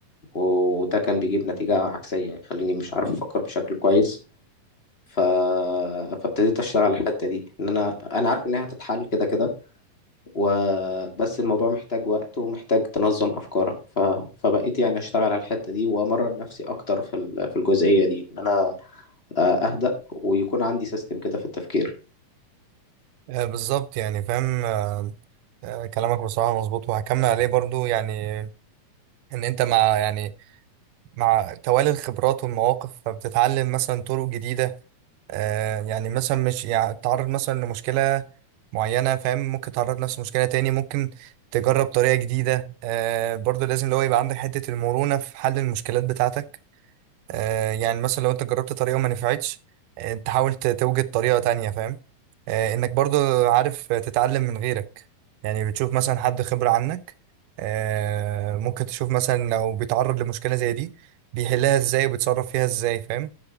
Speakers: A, on the left; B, on the right.
A: وده كان بيجيب نتيجة عكسية يخليني مش عارف أفكر بشكل كويس ف... فابتديت اشتغل على الحته دي ان انا انا عارف انها هتتحل كده كده وبس الموضوع محتاج وقت ومحتاج تنظم افكارك ف... فبقيت يعني اشتغل على الحته دي وامرن نفسي اكتر في ال... في الجزئيه دي ان انا آه، اهدأ ويكون عندي سيستم كده في التفكير
B: أه، بالظبط يعني فاهم أم، أه، كلامك بصراحة مظبوط وهكمل عليه برضو يعني إن أنت مع يعني مع توالي الخبرات والمواقف فبتتعلم مثلا طرق جديدة آه يعني مثلا مش يعني تعرض مثلا لمشكلة معينة فاهم ممكن تعرض نفس المشكلة تاني ممكن تجرب طريقة جديدة آه برضو لازم اللي هو يبقى عندك حتة المرونة في حل المشكلات بتاعتك آه يعني مثلا لو انت جربت طريقة وما نفعتش آه تحاول ت- توجد طريقة تانية فاهم آه انك برضو عارف تتعلم من غيرك يعني بتشوف مثلا حد خبرة عنك آه ممكن تشوف مثلا لو بيتعرض لمشكلة زي دي بيحلها ازاي وبيتصرف فيها ازاي فاهم